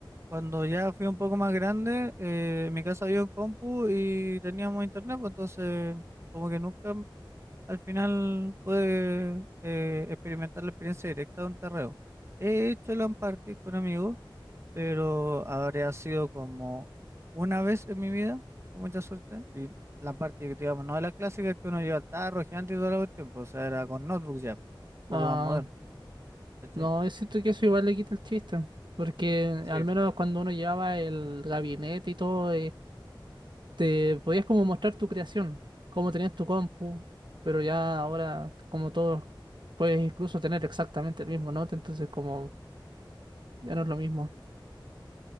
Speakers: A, on the right; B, on the right.
A: cuando ya fui un poco más grande, eh, en mi casa había un compu y teníamos internet, pues entonces como que nunca al final pude eh, experimentar la experiencia directa de un terreo. He hecho LAN party con amigos, pero habría sido como una vez en mi vida, con mucha suerte. Y LAN party, digamos, no de las clásicas que uno lleva al tarro, gigante y todo el tiempo o sea, era con notebook ya, un poco
B: Ah,
A: más moderno, ¿cachai?
B: no, es cierto que eso igual le quita el chiste. Porque
A: Sí,
B: al menos cuando uno llevaba el gabinete y todo. te podías como mostrar tu creación, cómo tenías tu compu, pero ya ahora como todos puedes incluso tener exactamente el mismo note, entonces como ya no es lo mismo.